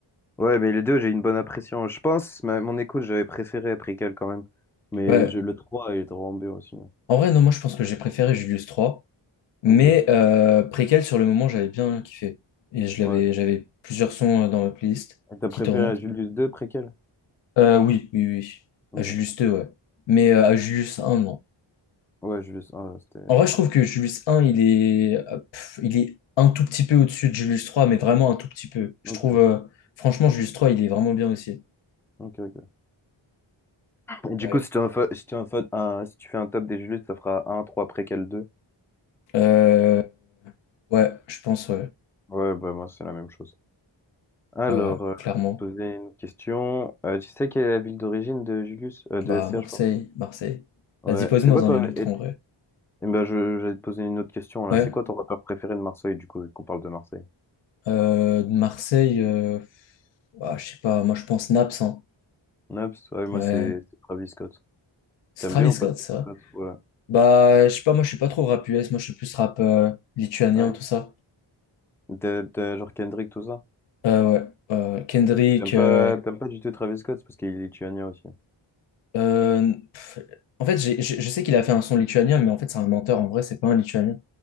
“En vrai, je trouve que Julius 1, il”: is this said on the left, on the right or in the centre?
Left